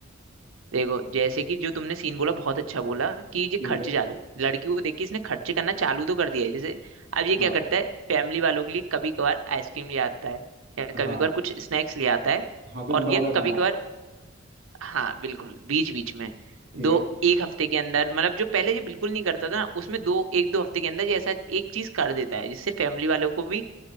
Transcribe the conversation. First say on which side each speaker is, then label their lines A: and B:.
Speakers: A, on the right; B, on the right.
A: देखो जैसे कि जो तुमने सीन बोला बहुत अच्छा बोला कि ये
B: ठीक
A: खर्चे
B: है
A: चालू लड़की को देख के इसने खर्चे करना चालू तो कर दिया है जैसे अब ये क्या
B: हाँ
A: करता है फैमिली वालों के लिए कभी कभार आइसक्रीम ले आता है या कभी
B: हाँ
A: कभार कुछ स्नैक्स ले आता है
B: हाँ कुछ
A: और
B: बाहर
A: ये
B: का
A: कभी
B: खाना
A: कभार हाँ बिल्कुल बीच बीच में
B: ठीक
A: दो
B: है
A: एक हफ्ते के अंदर मतलब जो पहले ये बिल्कुल नहीं करता था ना उसमें दो एक दो हफ्ते के अंदर ये ऐसा एक चीज कर देता है जिससे फैमिली वालों को भी